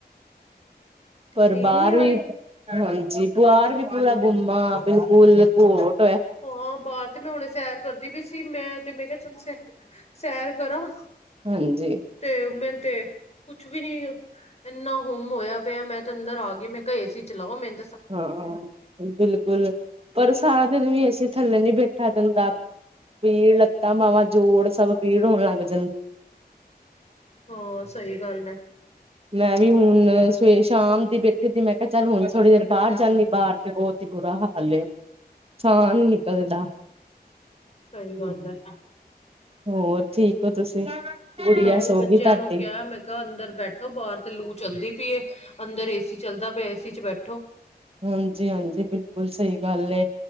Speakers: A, on the right; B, on the left.
A: ਪਰ
B: ਨੀਂਦ
A: ਬਾਹਰ
B: ਨੀ ਆ
A: ਵੀ
B: ਰਹੀ
A: ਹਾਂਜੀ ਜੀ ਬਆਰ ਵੀ ਪੂਰਾ ਗੁੰਮਾ ਬਿਲਕੁਲ ਘਟ
B: ਹਾਂ ਬਾਹਰ ਤੇ ਮੈਂ ਹੁਣੇ ਸੈਰ ਕਰਦੀ ਵੀ ਸੀ ਮੈਂ ਤੇ ਮੈਂ ਕਿਹਾ ਚਲ ਸੈ ਸੈਰ ਕਰਾਂ
A: ਹਾਂਜੀ,
B: ਤੇ ਮੈ ਤੇ ਕੁਛ ਵੀ ਨੀ ਇੰਨਾ ਹੁੰਮ ਹੋਇਆ ਪਿਆ ਮੈਂ ਤੇ ਅੰਦਰ ਆ ਗਈ ਮੈਂ ਕਿਹਾ ਏ ਸੀ ਚ ਲਓ ਮਨੂੰ
A: ਹਾਂ ਬਿਲਕੁਲ ਪਰ ਸਾਰਾ ਦਿਨ ਵੀ ਅਸੀਂ ਥੱਲੇ ਨੀ ਬੈਠਾ ਦਿੰਦਾ ਪੀੜ ਲੱਤਾਂ ਬਾਵਾਂ ਜੋੜ ਸਭ ਪੀੜ ਹੋਣ ਲੱਗ ਗ
B: ਹਾਂ ਸਹੀ ਗੱਲ ਹੈ
A: ਮੈਂ ਵੀ ਹੁਣ ਸਵੇ ਸ਼ਾਮ ਦੀ ਬੈਠੇ ਦੀ ਮੈਂ ਕਿਹਾ ਚੱਲ ਹੁਣ ਥੋੜੀ ਦੇਰ ਬਾਹਰ ਜਾਂਦੀ ਬਾਹਰ ਤੇ ਬਹੁਤ ਹੀ ਬੁਰਾ ਹਾਲ ਛਾਹ ਨਿਕਲਦਾ
B: ਸਹੀ ਗੱਲ ਹੈ
A: ਹੋਰ ਠੀਕ ਹੋ ਤੁਸੀਂ ਗੁੜੀਆ
B: ਮੈਂ ਵੀ
A: ਸੋ
B: ਬੱਚਿਆਂ
A: ਗਈ ਤੁਹਾਡੀ
B: ਨੂੰ ਕਿਹਾ ਮੈਂ ਕਿਹਾ ਅੰਦਰ ਬੈਠੋ ਬਾਹਰ ਤੇ ਲੂ ਚਲਦੀ ਪਈਏ ਅੰਦਰ ਏ ਸੀ ਚੱਲਦਾ ਪਿਆ ਏਸੀ ਚ ਬੈਠੋ
A: ਹਾਂਜੀ ਹਾਂਜੀ ਬਿਲਕੁਲ ਸਹੀ ਗੱਲ ਏ